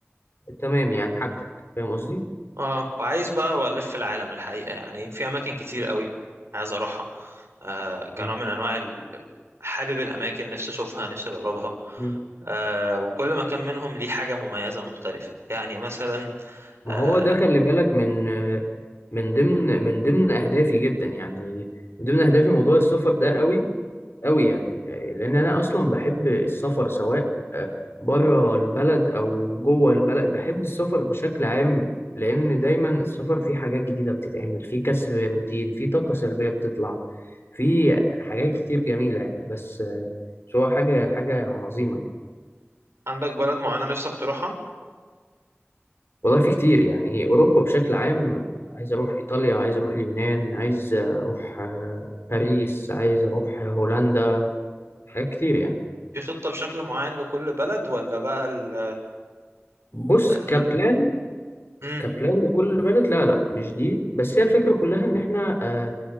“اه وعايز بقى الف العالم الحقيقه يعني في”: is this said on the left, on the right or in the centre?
Right